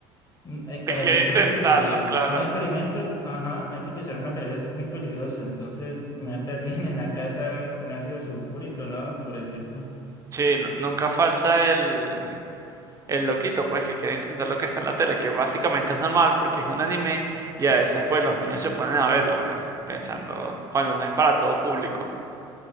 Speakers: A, on the left (about 30°); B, on the right (about 25°).
A: Mm, hay- Para
B: que quiere
A: hacer,
B: intentarlo,
A: creo que
B: claro.
A: un experimento, ajá, hay que utilizar materiales muy peligrosos. Entonces, mate a alguien <laughs> en la casa con ácido sulfúrico, ¿no? Pobrecito.
B: Sí, nu- nunca falta el, el loquito, pues que quiere intentar lo que está en la tele, que básicamente es normal porque es un anime y a veces pues los niños se ponen a verlo, pues pensando cuando no es para todo público.